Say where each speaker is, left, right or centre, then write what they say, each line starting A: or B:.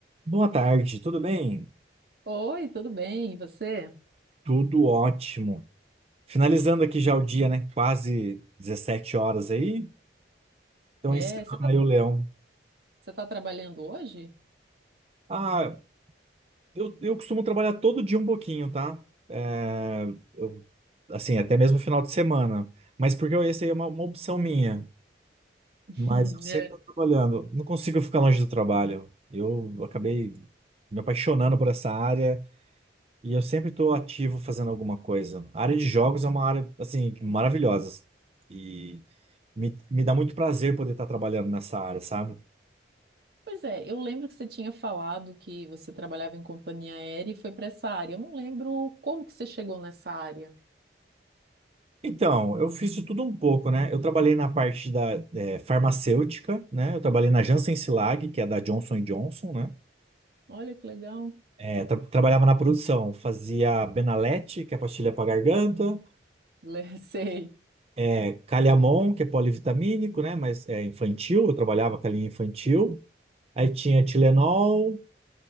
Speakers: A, on the right; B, on the right.
A: Boa tarde, tudo bem?
B: Oi, tudo bem? E você?
A: Tudo ótimo. Finalizando aqui já o dia, né? Quase 17 horas aí. Então,
B: É,
A: encerrando
B: você tá,
A: aí o leão.
B: você tá trabalhando hoje?
A: Ah, eu, eu costumo trabalhar todo dia um pouquinho, tá? É, eu- assim, até mesmo final de semana. Mas porque eu- essa aí é uma, uma opção minha.
B: <laughs>
A: Mas eu sempre
B: É.
A: tô trabalhando. Não consigo ficar longe do trabalho. Eu acabei me apaixonando por essa área. E eu sempre estou ativo fazendo alguma coisa. A área de jogos é uma área, assim, maravilhosa. E me, me dá muito prazer poder estar trabalhando nessa área, sabe?
B: Pois é, eu lembro que você tinha falado que você trabalhava em companhia aérea e foi para essa área. Eu não lembro como que você chegou nessa área.
A: Então, eu fiz de tudo um pouco, né? Eu trabalhei na parte da eh, farmacêutica, né? Eu trabalhei na Janssen Cilag, que é da Johnson Johnson, né?
B: Olha que legal.
A: Eh, tra- trabalhava na produção, fazia Benalete, que é pastilha para garganta,
B: Le- <laughs> Sei.
A: eh, Caliamon, que é polivitamínico, né? Mas é infantil, eu trabalhava com a linha infantil. Aí tinha Tilenol,